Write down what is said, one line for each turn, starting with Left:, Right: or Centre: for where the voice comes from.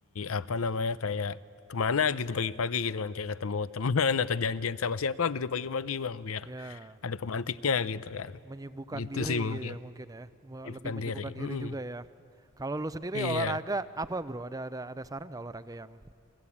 Left: apa namanya kayak kemana gitu pagi-pagi gitu kan. Kayak ketemu teman <laughs> atau janjian sama siapa gitu pagi-pagi Bang biar
Right: ya
Left: ada pemantiknya gitu kan.
Right: menyibukkan
Left: Gitu
Right: diri
Left: sih mungkin.
Right: gitu ya mungkin ya Me-
Left: Bukan
Right: lebih menyibukkan
Left: diri.
Right: diri
Left: Mm-mm.
Right: juga ya kalau lu sendiri
Left: Iya.
Right: olahraga apa bro ada ada ada saran nggak olahraga yang